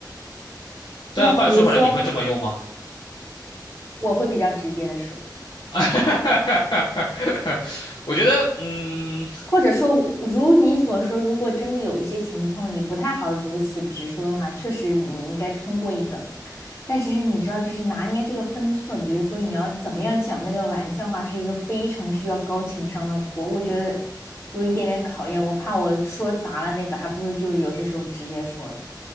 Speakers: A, on the left; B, on the left.
A: <laughs>
B: 但话又说回来，
A: 那比如说，
B: 你会这么用吗？
A: 我会比较直接的说。
B: <laughs> 我觉得，嗯，
A: 或者说，如你所说，如果真的有一些情况你不太好如此直说的话，确实你应该通过一个，但其实你知道，就是拿捏这个分寸，比如说你要怎么样讲那个玩笑话，是一个非常需要高情商的活，我觉得有一点点考验，我怕我说砸了那个，还不如就是有些时候直接说呢，